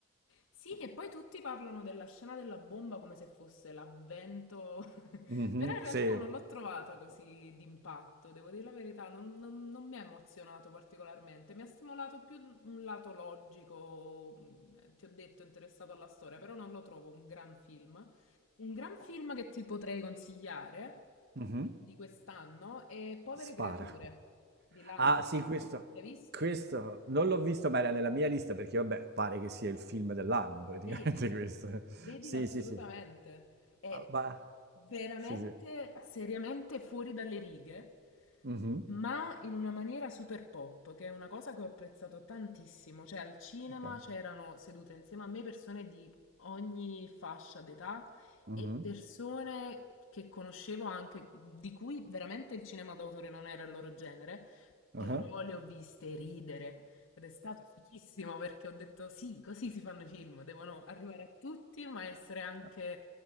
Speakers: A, on the left; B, on the right.
A: Sì, che poi tutti parlano della scena della bomba come se fosse l'avvento
B: Mhm,
A: Però in realtà
B: sì.
A: non l'ho trovata così d'impatto, devo dire la verità, non, non- non mi ha emozionato particolarmente, mi ha stimolato più un lato logico, mh, ti ho detto, interessato alla storia, però non lo trovo un gran film. Un gran film che ti potrei consigliare
B: Mhm.
A: di quest'anno è Povere
B: Spara.
A: creature di Lanthimos.
B: Ah, sì, questo,
A: L'hai visto?
B: questo non l'ho visto, ma era nella mia lista perché, vabbè, pare che sia il film dell'anno praticamente
A: Vedilo,
B: <laughs> questo.
A: vedilo
B: Sì,
A: assolutamente.
B: sì, sì.
A: È
B: Ma, ma-
A: veramente,
B: sì, sì.
A: seriamente fuori dalle righe.
B: Mhm.
A: Ma in una maniera super pop, che è una cosa che ho apprezzato tantissimo. Cioè, al cinema
B: Ok.
A: c'erano sedute insieme a me persone di ogni fascia d'età
B: Mhm.
A: e persone che conoscevo anche, di cui veramente il cinema d'autore non era il loro genere,
B: Ah.
A: però le ho viste ridere. Ed è stato fichissimo perché ho detto sì, così si fanno i film, devono arrivare a tutti, ma essere anche
B: ah.